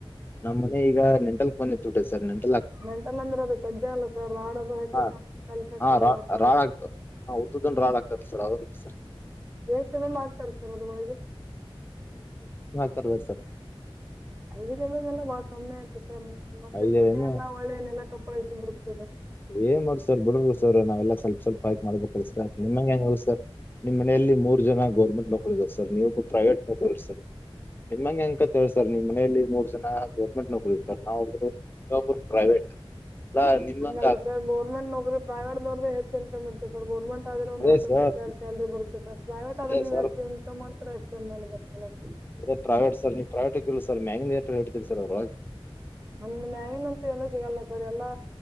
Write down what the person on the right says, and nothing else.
ನೆಂಟಲ್ಲ ಅಂದ್ರೆ ಅದು ಸಜ್ಯ ಅಲ್ಲ ಸರ್ ರೊಡ್ ಅದು ಹಾಕಿರ್ತಾರೆ
<unintelligible> ಸರ್
ಅದು.
ಎಏ ಚನ್ನ ಮಾಡ್ತಾರೆ ಸರ್ ಅದ್ರೊಳಗೆ.
ಐದ ಎಲ್ಲೋ ಮೆಲ್ಲ ಬಾಳ ಕಮ್ಮಿ ಆಯ್ತು ಸರ್ ಮತ್ತೆ
ಸಜ
ಎಲ್ಲ ಒಳ್ಳೆ ನೆಲ ಕಪ್ಪಳಿಸಿ ಬಿಡ್ತದೆ.
ಹಂಗಲ್ಲ ಸರ್ ಗೋರ್ಮೆಂಟ್ ನೌಕ್ರಿ ಪ್ರವಟ್ ನೋರ್ದಾ ಹೆಚ್ಚ ಇನ್ಕಮ್ ಇರ್ತದ ಸರ್ ಗರ್ಮೆಂಟ್ ಆದ್ರ ಒಂದ
ಹತ್ತ
ಹದಿನೈದ ಸಾವಿರ ಸ್ಯಾಲರಿ ಬರತ. ಸರ್ ಪ್ರೈವೇಟ್
ಆದ್ರ ನೀವು
ಎಷ್ಟು ಇನ್ಕಮ್ ಮಾಡ್ತರ ಅಷ್ಟ <unintelligible> ಮೇಲೆ ಬರ್ತಲ್ಲ ಸರ್.
ನಮ್ಮದ ಮ್ಯಾಗಿಿನ ಅಂತ ಏನೂ ಸಿಗಲ್ಲ ಸರ್ ಎಲ್ಲಾ